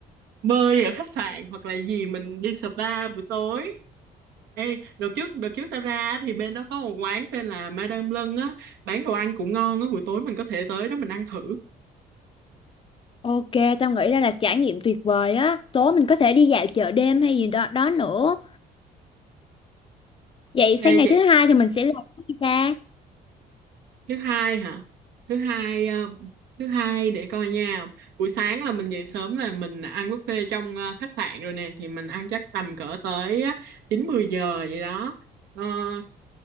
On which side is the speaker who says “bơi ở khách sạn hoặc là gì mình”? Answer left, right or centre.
Right